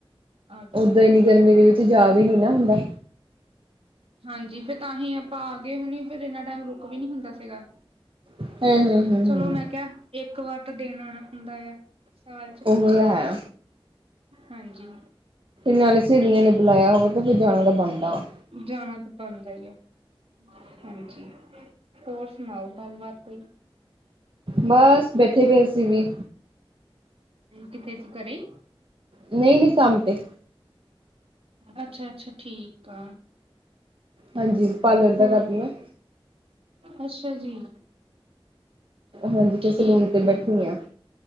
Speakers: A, on the right; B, on the right.
A: ਆ ਜਾਊਗੀ
B: ਓਦਾ ਇੰਨੀ ਗਰਮੀ ਦੇ ਵਿੱਚ ਜਾ ਵੀ ਨੀ ਨਾ ਹੁੰਦਾ
A: ਹਾਂਜੀ ਫੇਰ ਤਾਂ ਹੀ ਆਪਾਂ ਆ ਗਏ ਹੁਣੀ ਫੇਰ ਇਨਾ ਟਾਈਮ ਰੁੱਕ ਵੀ ਨਹੀਂ ਹੁੰਦਾ ਸੀਗਾ
B: ਹਮ ਹਮ ਹਮ
A: ਚਲੋ
B: ਹਮ
A: ਮੈਂ ਕਿਹਾ ਇੱਕ ਵਾਰ ਤਾਂ ਦਿਨ ਆਣਾ ਹੁੰਦਾ ਆ ਸਾਲ ਚ
B: ਉਹ ਹੈ
A: ਹਾਂਜੀ
B: ਨਾਲੇ ਸਹੇਲੀਆਂ ਨੇ ਬੁਲਾਇਆ ਹੋਵੇ ਤੇ ਫੇਰ ਜਾਣਾ ਤਾਂ ਬਣਦਾ ਵਾ
A: ਜਾਣਾ ਤਾਂ ਬਣਦਾ ਹੀ ਆ ਹਾਂਜੀ ਹੋਰ ਸੁਣਾਓ ਗੱਲਬਾਤ ਕੋਈ
B: ਬਸ ਬੈਠੇ ਪਏ ਅਸੀ ਵੀ
A: ਕਿੱਥੇ ਸੀ ਘਰੇ ਈ
B: ਨਹੀਂ ਨਹੀਂ ਕੰਮ ਤੇ
A: ਅੱਛਾ ਅੱਛਾ, ਠੀਕ ਆ।
B: ਹਾਂਜੀ ਪਾਰਲਰ ਦਾ
A: ਹੋਰ
B: ਕਰਦੀ ਆ।
A: ਅੱਛਾ ਜੀ।
B: ਹਾਂਜੀ ਫਿਰ
A: ਠੀਕ
B: ਸਲੂਨ ਤੇ ਬੈਠੀ ਆ।